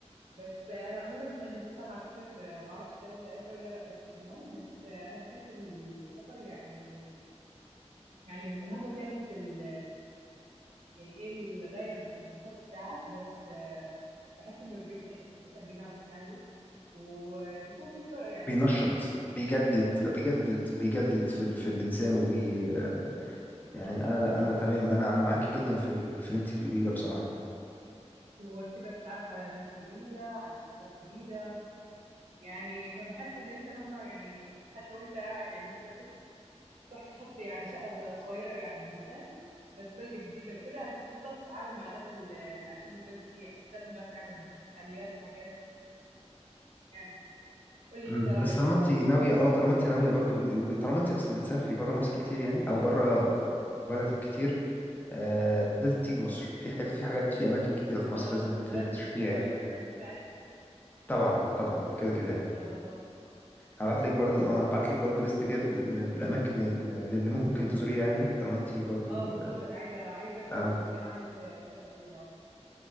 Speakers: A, on the right; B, on the left.
A: بس آه، انا عموما انا متفقه مع فكره آه، معرفش إذا انت انت ولا رايك كمان بس آه، انا بحس السفر يعني يعني مهما كانت ال يعني ايه الغاية من السفر بتاعك بس آه، بحس انه بيفتح بيفتح دماغك يعني وبيكون في فر يعني
B: بينشط
A: فرص جد-
B: بيجدد
A: ايوه
B: بيجدد بيجدد في ال... في الإنسان وبي آه، يعني انا لا انا تمام انا انا معاكي جدا في ال- في اللي انت بتقوليه ده بصراحه
A: وبتبقى تتعرف على ناس جديدة على ثقافات جديدة يعني فبحس ان انت مهما يعني حتى لو انت قاعد يعني مثلا بس رحت خدت يعني شقة ز- صغيرة يعني بمكان بس بلدة جديدة وكده هتضطر تتعامل مع الناس اللي اللي عايشين بالبلدة دي يعني مش لازم بقى تعمل فعاليات وحاجات يعني قول لي
B: امم
A: انت رأيك
B: بس طالما انت ناويه اه طالما انت ناويه برضو وب- وب- طالما انت اصلا بتسافري بره مصر كتير يعني او بره بلدك كتير آه لازم تيجي مصر في حاجات في حاجات في اماكن كتيره في مصر
A: اه
B: لازم ت-
A: لازم
B: تشوفيها
A: وتبقى
B: يعني
A: انت تساعدني
B: طبعا طبعا ده كده كده يعني
A: ان شاء الله
B: هبعت لك برضو اه هبعت لك برضو ليست كده بال- آه، بالاماكن ال- اللي ممكن تزوريها يعني طالما انت برضو
A: اه من فضلك عايزه عايزه اشوف
B: اه
A: علشان اعمل سيرش قبل ما اجي